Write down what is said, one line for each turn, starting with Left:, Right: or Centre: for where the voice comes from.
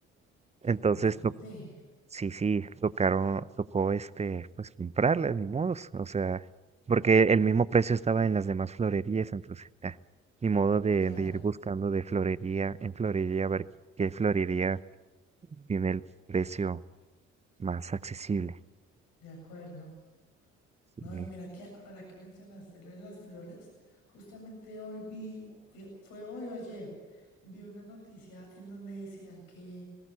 Right: Entonces,
Left: bastante.
Right: Sí, sí, tocaron, tocó este, pues comprarlas, ni modos, o sea, porque el mismo precio estaba en las demás florerías, entonces, ah, ni modo de,
Left: Claro,
Right: de ir buscando de florería en florería, a ver qué florería tiene el precio más accesible.
Left: de acuerdo. No,
Right: Sí,
Left: y mira que ahora que mencionaste lo de las flores, justamente hoy vi, hoy- fue hoy o ayer, vi una noticia en donde decían que,